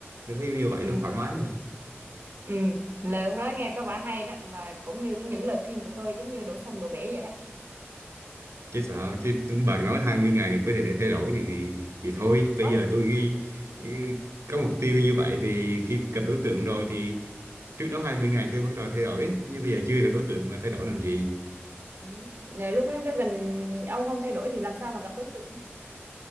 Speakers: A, on the right; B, on the right.
A: tôi thấy như vậy
B: ừ
A: nó thoải mái này
B: ừ lời ông nói nghe có vẻ hay đó và cũng như cái những lời khuyên của tôi giống như đổ sông đổ bể vậy đó
A: chứ sao chứ bạn nói 20 ngày có thể để thay đổi thì thì thì thôi bây
B: có
A: giờ tôi ghi, ghi- có mục tiêu như vậy thì khi gặp đối tượng rồi thì trước đó 20 ngày tôi bắt đầu thay đổi nhưng bây giờ chưa gặp đối tượng mà thay đổi làm gì
B: ừ. Là lúc đó tới gần ông không thay đổi thì làm sao mà gặp đối tượng